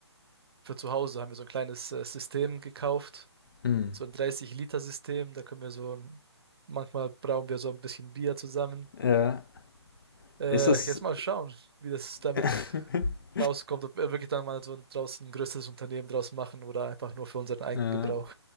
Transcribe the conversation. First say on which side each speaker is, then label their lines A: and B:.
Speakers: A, on the right; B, on the left.
A: für zu Hause haben wir so ein kleines äh, System gekauft
B: Hm.
A: so ein 30-Liter-System. Da können wir so, manchmal brauchen wir so ein bisschen Bier zusammen.
B: Ja.
A: Äh,
B: Ist das,
A: jetzt mal schauen, wie das damit
B: <laughs>
A: rauskommt, ob wir wirklich dann mal so ein, draußen ein größeres Unternehmen draus machen oder einfach nur für unseren eigenen
B: ja.
A: Gebrauch.